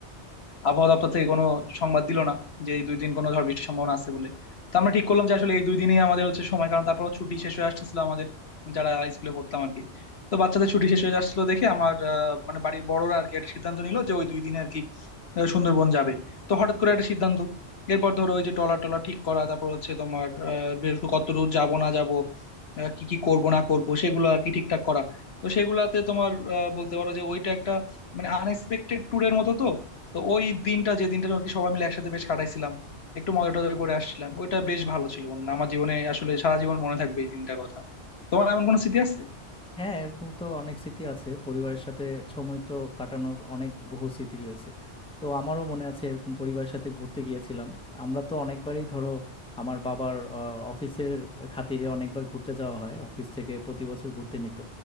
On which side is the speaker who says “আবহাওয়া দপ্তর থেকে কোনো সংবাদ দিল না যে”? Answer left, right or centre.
Left